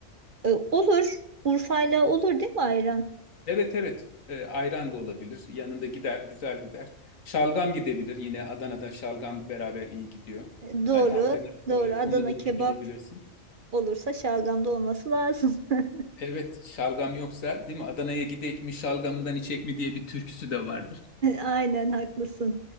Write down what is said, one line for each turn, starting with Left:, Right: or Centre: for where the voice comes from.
Right: E, olur. Urfa'yla olur değil mi ayran?
Left: Evet evet. Ee, ayran da olabilir. Yanında gider, güzel gider. Şalgam gidebilir. Yine Adana'da şalgam beraber iyi gidiyor.
Right: E, doğru.
Left: Yani alternatif
Right: Doğru.
Left: olarak
Right: Adana
Left: onu da
Right: kebap
Left: düşünebilirsin.
Right: olursa şalgamda olması lazım. <laughs>
Left: Evet, şalgam yoksa, değil mi? Adana'ya gidek mi, şalgamından içek mi diye bir türküsü de vardır.
Right: Aynen haklısın.